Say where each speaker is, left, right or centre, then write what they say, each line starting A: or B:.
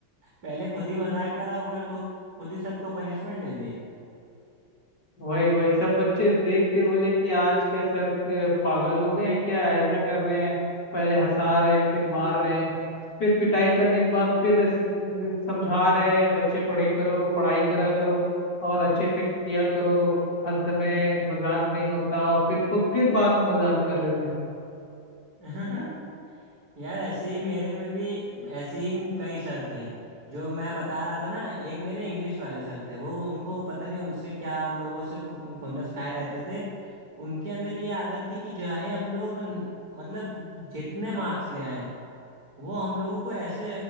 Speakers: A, on the right; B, on the left.
A: पहले खुद ही मजाक करा और फिर खु- खुद ही सबको पनिशमेंट दे दी
B: वही वही सब बच्चे देख के बोले कि आज क्या सर अ, पागल हो गए हैं क्या ऐसा कर रहे हैं पहले हंसा रहे हैं फिर मार रहे हैं फिर पिटाई करने के बाद फिर इस- समझा रहे हैं बच्चे पढ़े करो पढ़ाई करा करो और अच्छे से किया करो हर समय मजाक नहीं होता और फिर खुद फिर बाद में मजाक कर रहे थे
A: <laughs> यार ऐसे ही मेरे में भी ऐसे ही कई सर थे जो मैं बता रहा था ना एक मेरे इंग्लिश वाले सर थे वो उनको पता नहीं उनसे क्या हम लोगों से खु- खुन्नस खाए रहते थे उनके अंदर ये आदत थी कि चाहे हम लोग न- मतलब जितने मार्क्स ले आए वो हम लोगों को ऐसे